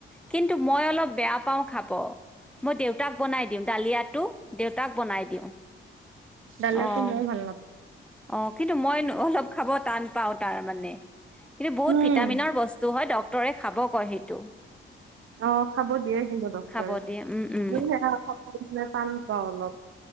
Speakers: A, in the centre; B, on the right (about 80°).
A: কিন্তু মই অলপ বেয়া পাওঁ খাব। মই দেউতাক বনাই দিওঁ, ডালিয়াটো দেউতাক বনাই দিওঁ,
B: ডালিয়াটো
A: অ',
B: মইও ভাল নাপাওঁ
A: অ'। কিন্তু মই ন-অলপ খাব টান পাওঁ তাৰমানে কিন্তু বহুত
B: উম
A: ভিটামিনৰ বস্তু হয় ড তৰে খাব কয় হেটো।
B: অ' খাব দিয়ে কিন্তু ডক্তৰে।
A: খাব
B: মই
A: দিয়ে উম উম
B: কিন্তু এয়া <unintelligible> টান পাওঁ অলপ।